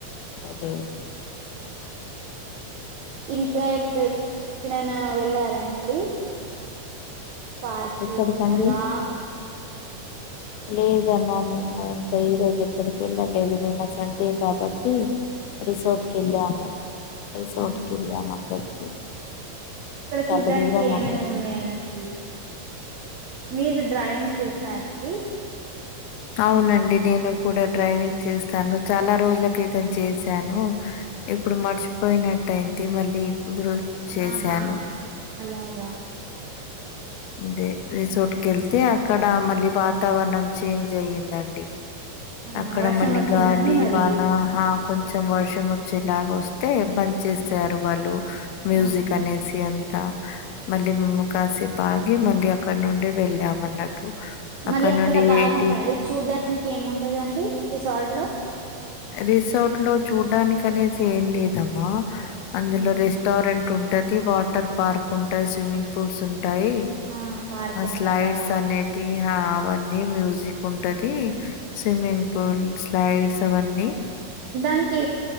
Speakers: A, on the left; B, on the right.
A: అదే
B: ఇంకా ఎప్పుడు ఎక్కడైనా వెళ్ళారాండి పార్క్లకి
A: ఎక్కడికండి
B: అలా
A: లేదమ్మా మేము ఇంకా, ఈ రోజు ఎక్కడికి వెళ్ళలేదు నిన్న సండే కాబట్టి రిసోర్ట్ కెలము, రిసోట్
B: ఆహా.
A: కి వెల్లము అక్కడికి
B: ఇక్కడ
A: చాలా
B: చూడ్డానికి
A: దూరం
B: ఏమేమి
A: ఉండే
B: ఉన్నాయండి. మీరు డ్రైవింగ్ చేస్తారా అండీ
A: అవునండి నేను కూడా డ్రైవింగ్ చేస్తాను చాలా రోజులకితం చేశాను, ఇప్పుడు మర్చిపోయినట్టు అయింది మళ్ళీ ఇప్పుడు చేశాను
B: ఆహా అలాగా
A: దే రిసార్ర్ట్ వెళ్తే అక్కడ మళ్ళీ వాతావరణం చేంజ్ అయ్యందండి
B: ఆహా,
A: అక్కడ
B: వర్షం
A: మళ్ళ
B: వచ్చిందండి
A: గాలి
B: మరి
A: వాన కొంచెం వర్షం వచ్చేలాగా వస్తే బంద చేసారు వాళ్ళు మ్యూజిక్
B: ఆ,
A: అనేసి అంత మళ్ళ కాసి పాాగి మళ్ళీ అక్కడ నుండి వెళ్ళామ అన్నట్టు
B: మరి అక్కడ
A: నుండి
B: బాగుంటంది
A: ఎయిటీ
B: అది చూడ్డానికి ఏముంటదండి రిసార్ట్ లో
A: రిసార్ట్ లో చూడ్డానికి అనేసి ఏం లేదమ్మా అందులో
B: ఉమ్,
A: రెస్టారెంట్ ఉంటది వాటర్ పార్క్ ఉంటాయి స్విమ్మింగ్ పూల్స్ టాయి
B: ఆ పార్క్ ఉంటదా
A: స్లాయిడ్స్ అనేటి అవన్నీ మ్యూజిక్ ఉంటది స్విమ్మింగ్ పూల్ స్లైడ్స్ అన్ని
B: దానికి